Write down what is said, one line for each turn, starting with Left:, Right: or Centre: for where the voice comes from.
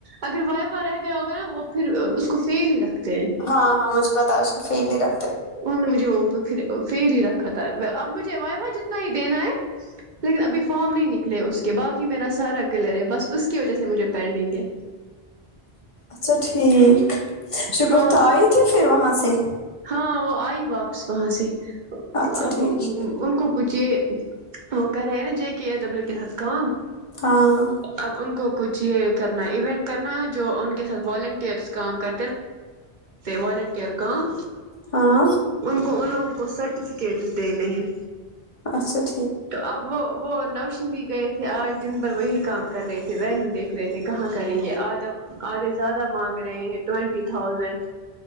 Right: اگر و رہ گیا ہوگا نا وہ پھر اس کو فیل ہی رکھتے ہیں
Left: ہاں ہاں مجھے پتا اس کو فیل ہی رکھ
Right: انہوں نے مجھے وہھر فیل ہی رکھا تھا اب مجھے وح واہ جتنا ہی دینا ہے لیکن ابھی فارم نہیں نکلے اس کے باقی میرا سارا کلیئر ہے بس اس کی وجہ سے مجھے پینڈنگ ہے
Left: اچھا ٹھیک شگفت
Right: ہاں
Left: آئی تھی پھر وہاں سے
Right: ہاں وہ آئی واپس وہاں سے
Left: اچھا
Right: اب
Left: ٹھیک
Right: ان کو کوچے وہ کرے نا جے کےے ایس ڈبلیو کھم
Left: ہاں
Right: اب ان کو کچھ یہ کرنا ہے ایونٹ کرنا ہے جو ان کے ساتھ والنٹیرس کام کر والنٹیئر کام
Left: ہاں
Right: ان کو ان لوگوں کو سرٹیفکیٹ دینے ہیں
Left: اچھاچھ
Right: تو اب وہ وہ نوشگی گئے تھے آج دن بھر وہی کام کر رہے تھے وینو دیکھ رہے تھے کہاں کریں گے آدھا آدھے زیادہ مانگ رہے ہیں ٹوینٹی تھاؤزینڈ